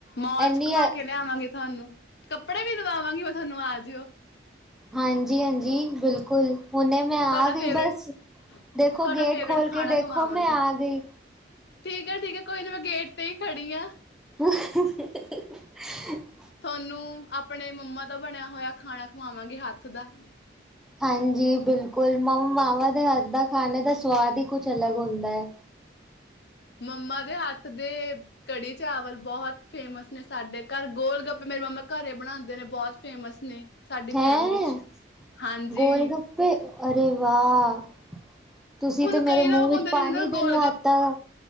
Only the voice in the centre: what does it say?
ਐਨੀ
ਹਾਂਜੀ-ਹਾਂਜੀ ਬਿਲਕੁਲ ਹੁਨੇ ਮੈਂ ਆ
ਗਈ ਬਸ ਦੇਖੋ
ਗੇਟ
ਖੋਲ
ਕੇ ਦੇਖੋ
ਮੈਂ ਆ ਗਈ।
<inaudible>
ਹਾਂਜੀ, ਬਿਲਕੁਲ ਮ ਮਾਵਾਂ ਦੇ ਹੱਥ ਦਾ ਖਾਣੇ ਦਾ ਸਵਾਦ ਹੀ ਕੁਛ ਅਲੱਗ ਹੁੰਦਾ ਹੈ।
ਹੈਂ
ਗੋਲ ਗੱਪੇ ਅਰੇ ਵਾਹ'ਤੁਸੀਂ
ਤੇ ਮੇਰੇ
ਮੂੰਹ
ਵਿੱਚ
ਪਾਣੀ
ਦਿਲਵਾਤਾ।